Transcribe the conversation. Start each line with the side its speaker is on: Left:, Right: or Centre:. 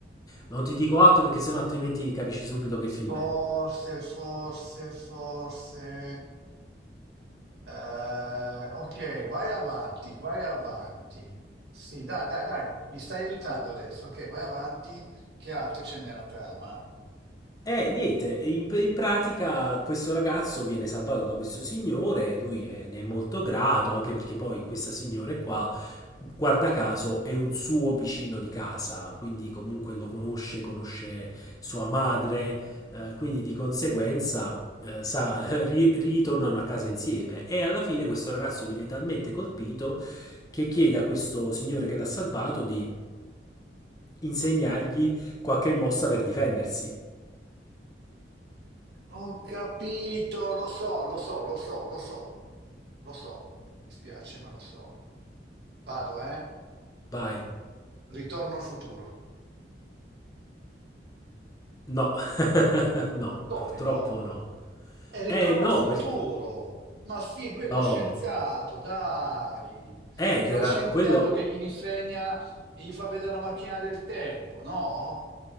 Left: Non ti dico altro perché sennò altrimenti capisci subito che film
Right: Forse,
Left: è.
Right: forse, forse. Eh, ok, vai avanti, vai avanti. Sì, dai, dai, dai, mi stai aiutando adesso. Ok, vai avanti. Che altro c'è nella trama?
Left: Eh, niente, in, in pratica questo ragazzo viene salvato da questo signore, lui è- ne è molto grato, anche perché poi questa signora qua, guarda caso, è un suo vicino di casa, quindi comunque lo conosce, conosce sua madre, eh, quindi di conseguenza, eh, sa, <laughs> ri- ritornano a casa insieme e alla fine questo ragazzo viene talmente colpito che chiede a questo signore che l'ha salvato di insegnargli qualche mossa per difendersi.
Right: Ho capito, lo so, lo so, lo so, lo so, lo so. Mi spiace, ma lo so. Vado, eh?
Left: Vai.
Right: Ritorno al futuro.
Left: No, No,
Right: Come
Left: purtroppo
Right: no?
Left: no.
Right: È Ritorno
Left: Eh no,
Right: al futuro.
Left: perché...
Right: Ma sì, lui è lo
Left: No.
Right: scienziato, dai.
Left: Ed
Right: È
Left: era
Right: lo scienziato
Left: quello...
Right: che gli insegna e gli fa vedere la macchina del tempo, no?